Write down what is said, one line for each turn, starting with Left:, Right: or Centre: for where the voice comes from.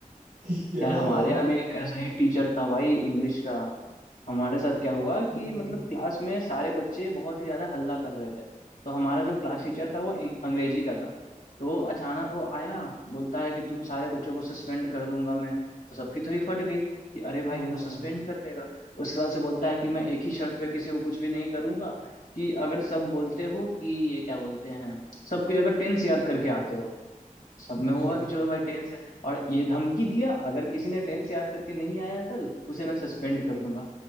Right: कि कैसा
Left: यार हमारे
Right: तो है
Left: यहाँ
Right: भाई
Left: भी एक ऐसा ही टीचर था भाई इंग्लिश का हमारे साथ क्या हुआ कि
Right: हम्म
Left: मतलब क्लास में सारे बच्चे बहुत ही ज्यादा हल्ला कर रहे थे तो हमारा जो क्लास टीचर था वो इंग- अंग्रेजी का था तो अचानक वो आया बोलता है कि तुम सारे बच्चों को सस्पेंड कर दूंगा मैं तो सबकी थोड़ी फट गई कि अरे भाई
Right: हाँ,
Left: ये तो सस्पेंड कर देगा उसके बाद से बोलता है कि मैं एक ही शर्त पे किसी को कुछ भी नहीं करूंगा कि अगर सब बोलते हो कि ये क्या बोलते हैं सब कोई अगर टेंस याद करके आते हो सब में
Right: अच्छा
Left: होगा कि चलो भाई टेंस है और ये धमकी दिया अगर किसी ने टेंस याद करके नहीं आया कल उसे मैं सस्पेंड कर दूंगा